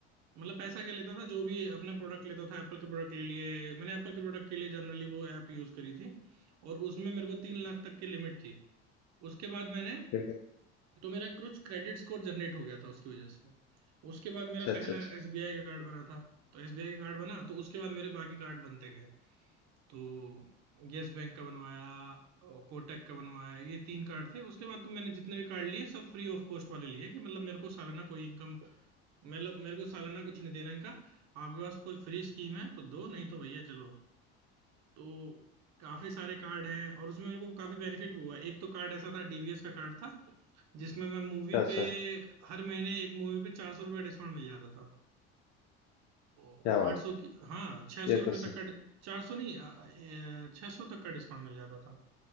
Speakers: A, on the right (about 60°); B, on the left (about 60°).
A: मतलब पैसा क्या लेता था जो भी अपना प्रोडक्ट लेता था एप्पल के प्रोडक्ट के लिए मैंने एप्पल के प्रोडक्ट के लिए जनरली वो ऐप यूज करी थी और उसमें मेरे को तीन लाख तक की लिमिट थी उसके बाद मैंने
B: ठीक है
A: तो मेरा कुछ क्रेडिट स्कोर जनरेट हो गया था उसकी वजह से उसके बाद
B: अच्छा
A: मेरा
B: अच्छा
A: पहला
B: अच्छा
A: एसबीआई का कार्ड बना था तो एसबीआई का कार्ड बना तो उसके बाद मेरे बाकी कार्ड बनते गए तो यस बैंक का बनवाया कोटक का बनवाया ये तीन कार्ड थे उसके बाद तो मैंने जितने भी कार्ड लिए सब फ्री ऑफ कॉस्ट वाले लिए कि मतलब मेरे को सालाना कोई इनकम मतलब मेरे को सालाना कुछ नहीं देना इनका आपके पास कोई फ्री स्कीम है तो दो नहीं तो भैया चलो तो काफी सारे कार्ड हैं और उसमें मेरे को काफी बेनिफिट भी हुआ एक तो कार्ड ऐसा था डीबीएस का कार्ड था जिसमें मैं मूवी
B: अच्छा अच्छा,
A: पे हर महीने एक मूवी पे चार सौ रुपया डिस्काउंट मिल जाता था तो
B: क्या बात
A: आठ सौ की हाँ छह सौ
B: है। ये
A: रुपये
B: तो
A: तक
B: सर
A: का चार सौ नहीं छह सौ तक का डिस्काउंट मिल जाता था